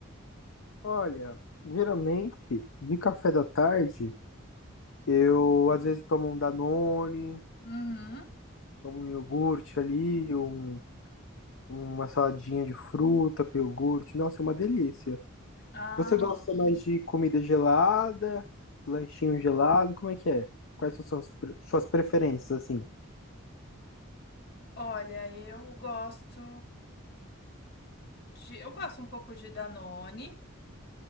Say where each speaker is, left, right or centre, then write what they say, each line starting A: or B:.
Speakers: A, on the left (about 65°); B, on the left (about 45°).
A: Olha, geralmente de café da tarde eu às vezes tomo um Danone,
B: Uhum.
A: tomo um iogurte ali, um- uma saladinha de fruta com iogurte. Nossa, é uma delícia.
B: Ah,
A: Você gosta mais de comida gelada, lanchinho gelado? Como é que é? Quais são suas pre- suas preferências assim?
B: olha, eu gosto de, eu gosto um pouco de Danone.